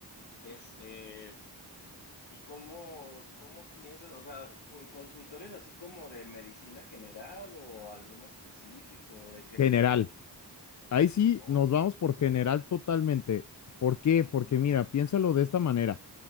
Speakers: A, on the left; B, on the left.
A: este, ¿y cómo, cómo piensas? O sea, cu- consultores así como de medicina general o alguno específico, ¿o ¿de qué
B: General.
A: tipo?
B: Ahí sí
A: Oh.
B: nos vamos por general totalmente. ¿Por qué? Porque
A: Ujú,
B: mira, piénsalo de esta manera.